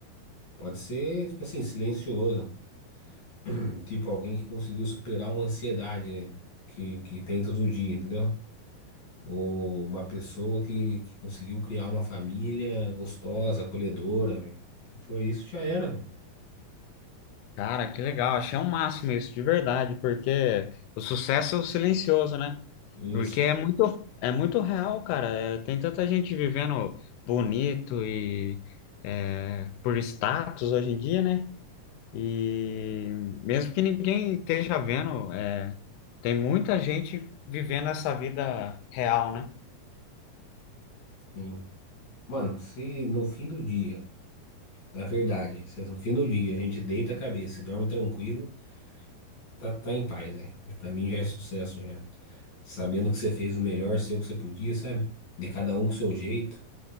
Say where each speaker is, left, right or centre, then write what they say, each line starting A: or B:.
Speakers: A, on the left; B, on the left.
A: Pode ser, tipo assim, silencioso. <clears throat> Tipo alguém que conseguiu superar uma ansiedade, né? que, que tem todo dia, entendeu? Ou uma pessoa que, que conseguiu criar uma família gostosa, acolhedora, velho. Se for isso, já era, velho.
B: Cara, que legal, achei o máximo isso, de verdade, porque o sucesso é o silencioso, né?
A: Isso.
B: Porque é muito, é muito real, cara. É, tem tanta gente vivendo bonito e é, por status hoje em dia, né? E mesmo que ninguém esteja vendo. é, Tem muita gente vivendo essa vida real, né?
A: Hum. Mano, se no fim do dia. Na verdade, cê- no fim do dia, a gente deita a cabeça e dorme tranquilo, tá, tá em paz, velho. Pra mim já é sucesso já. Sabendo que você fez o melhor seu que você podia, sabe? De cada um com o seu jeito.